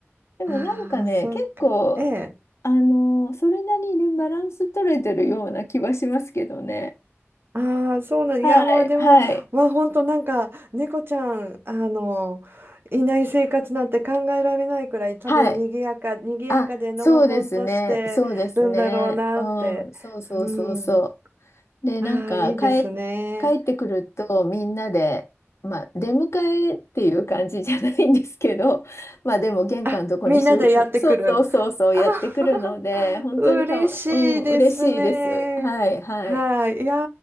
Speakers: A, on the left; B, on the right.
A: でもなんかね、
B: ああ、そっか。
A: 結構、
B: ええ
A: あのーそれなりにバランス取れてるような気はしますけどね。
B: ああ、そうなん、
A: はい、
B: いや、まあでも、
A: はい、
B: まあ本当なんか、猫ちゃん、あの、いない生活なんて考えられないくらい、多分賑やか、
A: はい。
B: 賑やかでのほほんとしてるんだろうなって。
A: あ、そうですね、そうですね。うん、そうそうそうそ
B: うん。
A: う。で、なんか、
B: ああ、いいですね。
A: 帰、帰ってくると、みんなで、まあ、出迎えっていう感じじゃないんですけど、<laughs> まあ、でも、玄関のとこにしゅ、
B: あ、みんなでやってくる。
A: そうそうそうそう、
B: あ、
A: やってくるので、
B: <laughs>
A: 本当にかわ、
B: 嬉しいですね。
A: うん、嬉しいです。はい、はい。
B: はい。いや